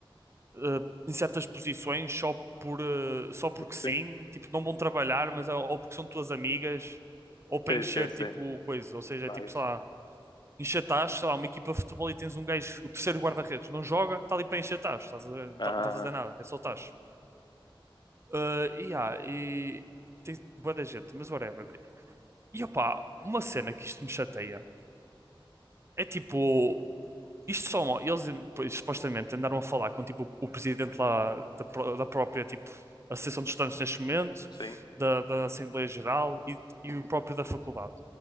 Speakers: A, on the right; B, on the left.
A: eh, em certas posições só por eh, só porque
B: Porque sim.
A: sim, tipo não vão trabalhar, mas é- ou porque são tuas amigas ou para
B: Sim,
A: encher
B: sim, sim.
A: tipo coisa, ou seja,
B: Várias.
A: é tipo, sei lá, encher tacho, sei lá, uma equipa de futebol e tens um gajo, o terceiro guarda-redes, não joga, está ali para encher tacho, estás a ver?
B: Ah,
A: Não está a fazer nada, é só tacho. Uh, yeah, e tem bué da gente, mas whatever. E opá, uma cena que isto me chateia é tipo, isto só eles pois, supostamente andaram a falar com tipo o presidente lá da, pró- da própria tipo Associação de Estudantes neste momento,
B: Sim.
A: da, da Assembleia Geral e, e o próprio da faculdade.